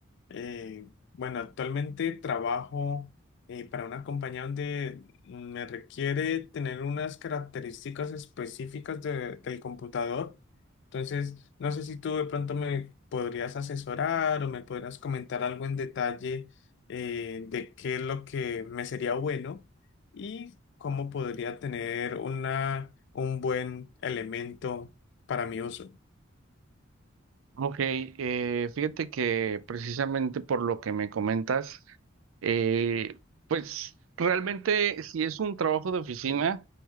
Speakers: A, on the left; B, on the right.
A: Eh, bueno, actualmente trabajo eh, para una compañía donde me requiere tener unas características específicas de- del computador. Entonces, no sé si tú de pronto me podrías asesorar o me podrías comentar algo en detalle eh, de qué es lo que me sería bueno y cómo podría tener una, un buen elemento para mi uso.
B: Ok, eh, fíjate que precisamente por lo que me comentas, eh, pues realmente si es un trabajo de oficina,